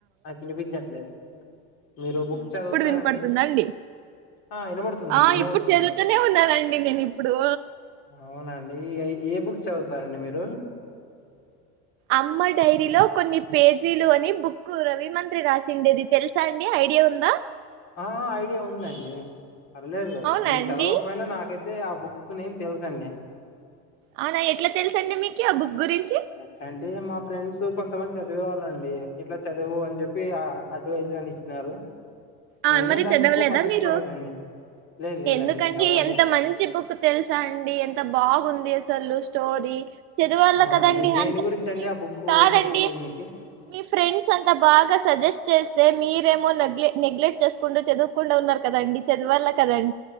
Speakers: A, on the left; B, on the right.
A: నాకు వినిపించట్లేదు. మీరు బుక్
B: మ్
A: చదువుతారండి
B: ఇప్పుడు వినిపడుతుంద అండి?
A: ఆ వినబడుతుందండి
B: ఆ
A: వినబడుతుంది
B: ఇప్పుడు చదువుతూనె ఉన్నానండి నేనిప్పుడు.
A: అవునా అండి! ఎయ్ ఏ బుక్స్ చదువుతారండి మీరు?
B: అమ్మ డైరీలో కొన్ని పేజీలు అని బుక్ కు రవి మంత్రి రాసిండేది. తెలుసా అండి? ఐడియా ఉందా?
A: ఆ ఐడియా ఉందండి పర్లేదు.
B: అవునా
A: నేను
B: అండి
A: చదవకపోయినా, నాకై అదే, ఆ బుక్ నేమ్ తెలుసండి.
B: అవునా ఎట్ల తెలుసండి మీకి? ఆ బుక్ గురిన్
A: ఎట్లాంటె మా ఫ్రెండ్సు కొంతమంది చదివేవాళ్ళండి. ఇట్లా, చదువు అని చెప్పి ఆ అడ్వైజ్ గాని ఇచ్చినారు.
B: ఆ
A: నేనే
B: మరి
A: దాన్ని
B: చదవలేదా
A: ఎక్కువ పట్టించుకోలేదండి
B: మీరు
A: లేదు లేదండి
B: ఎందుకండి
A: నేను చదవలే
B: ఎంత మంచి బుక్ తెల్సా అండి ఎంత బాగుంది అసలు స్టోరి చదువాల
A: అవునండి
B: కదండి
A: దేని
B: అంత
A: గురించి అండి ఆ బుక్
B: కాదండి
A: చెప్పిండేది మీకు
B: మీ ఫ్రెండ్స్ అంతా బాగా సజెస్ట్ చేస్తే మీరేమో నెగ్లె నెగ్లెక్ట్ చేస్కుంటూ చదువుకుండా ఉన్నారు కదండి చదివాలా కదం